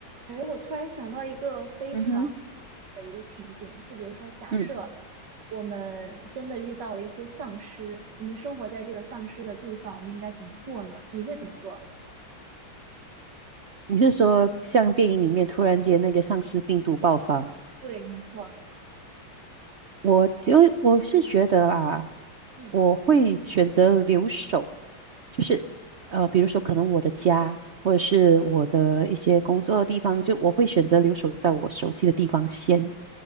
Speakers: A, on the right (about 55°); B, on the right (about 80°).
A: 哎，我突然想到一个非常
B: 嗯哼，
A: 的一个情景，就比如说，假设
B: 嗯，
A: 我们真的遇到了一些丧尸，我们生活在这个丧尸的地方，我们应该怎么做呢？你会怎么做？
B: 你是说像电影里面突然间那个丧尸病毒爆发？
A: 对，没错，
B: 我就我是觉得啊，
A: 嗯
B: 我会选择留守，就是呃，比如说可能我的家或者是我的一些工作的地方，就我会选择留守在我熟悉的地方先。